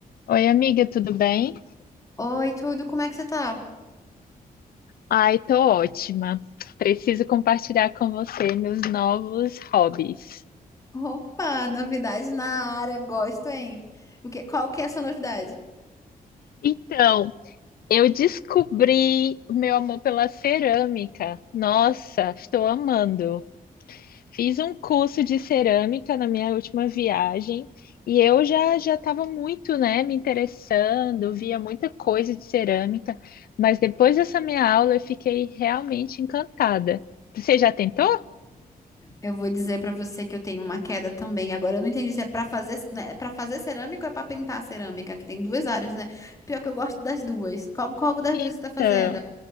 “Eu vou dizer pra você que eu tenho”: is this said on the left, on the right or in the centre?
Left